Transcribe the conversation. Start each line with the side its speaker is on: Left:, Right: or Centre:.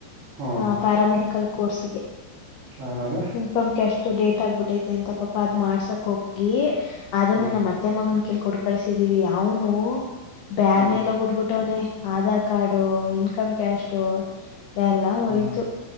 Right: ಹ್ಮ್
Left: ಆ ಪ್ಯಾರಾಮೆಡಿಕಲ್ ಕೋರ್ಸ್ ಗೆ
Right: ಹನಲ್ಲ
Left: ಇನ್ಕ್ ಎಷ್ಟು ಡೇಟ್ ಆಗ್ಬಿಟ್ಟೈತಿ ಅಂತ ಪಾಪ ಅದ್ ಮಾಡ್ಸಕ್ ಹೋಗಿ ಅದನ್ನು
Right: ಹ್ಮ್
Left: ನಮ್ಮತ್ತ ಮೇ ಮಗನ್ ಕೇಳ ಕುಡ್ಕಸಿದೀವಿ ಅವನು ಬ್ಯಾಡ್ನೆ
Right: ಹ್ಮ್
Left: ಎಲ್ಲ ಉಟ್ಬಿಟ್ಟವನೆ ಆಧಾರ್ ಕಾರ್ಡು ಇನ್ಕಮ್ ಕ್ಯಾಸ್ು ಎಲ್ಲ ಹೋಯ್ತು
Right: ಹ್ಮ್